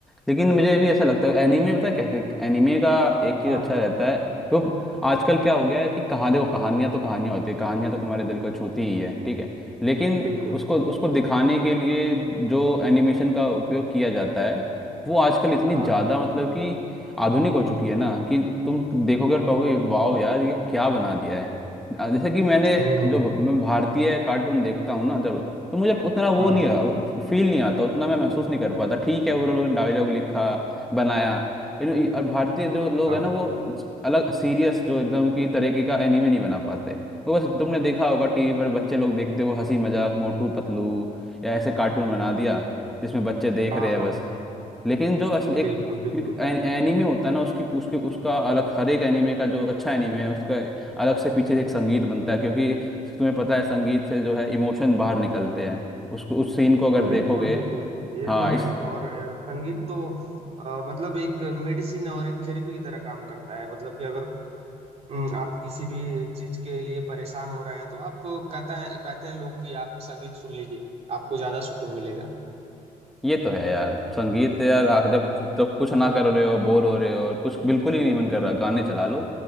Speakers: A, in the centre; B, on the right.
A: लेकिन मुझे भी ऐसा लगता है एनीमे पता है कैसे एनीमे का एक चीज़
B: हाँ
A: अच्छा रहता है तो आजकल क्या हो गया है कि कहा देखो कहानियां तो कहानियां होती है कहानियां तो तुम्हारे दिल को छूती ही है ठीक है लेकिन
B: बिल्कुल
A: उसको उसको दिखाने के लिए जो एनिमेशन का उपयोग किया जाता है वो आजकल इतनी
B: हाँ
A: ज़्यादा मतलब कि आधुनिक हो चुकी है ना कि तुम देखोगे और कहोगे वाओ यार ये क्या बना दिया है अ, जैसे कि मैंने
B: हम्म
A: जो मैं भारतीय कार्टून देखता हूँ ना जब तो मुझे उतना वो
B: हाँ
A: नहीं फील नहीं आता उतना मैं महसूस नहीं कर पाता ठीक है वो लोगों ने डायलॉग लिखा बनाया लेकिन ये- और भारतीय जो लोग
B: हाँ
A: हैं ना वो अलग सीरियस जो एकदम की तरीके का एनीमे नहीं बना पाते वो बस तुमने देखा होगा टीवी पर बच्चे लोग देखते वो हंसी मजाक मोटू पतलू या ऐसे कार्टून बना दिया जिसमें बच्चे देख
B: हाँ
A: रहे हैं
B: हाँ
A: बस लेकिन जो असल एक
B: बिल्कुल बिल्कुल
A: क्योंकि एन- एनीमे होता है ना उसकी उसके उसका अलग हर एक एनीमे का जो अच्छा एनीमे है उसका अलग से पीछे एक संगीत बनता है क्योंकि तुम्हें पता है संगीत से जो है इमोशन बाहर निकलते हैं उसको उस सीन को अगर
B: बिल्कुल
A: देखोगे
B: बिल्कुल ये
A: हाँ
B: तो है
A: इस
B: और अ, संगीत तो अ, मतलब एक मेडिसिन और एक थेरेपी की तरह काम करता है मतलब कि अगर हम्म, आप किसी भी चीज के लिए परेशान हो रहे हैं तो आप कहते हैं कहते हैं लोग कि आप संगीत सुन लीजिए आपको ज्यादा सुकून मिलेगा
A: ये तो है यार संगीत है यार आ- जब जब कुछ ना कर रहे हो बोर हो रहे हो और कुछ बिल्कुल ही नहीं मन कर रहा गाने चला लो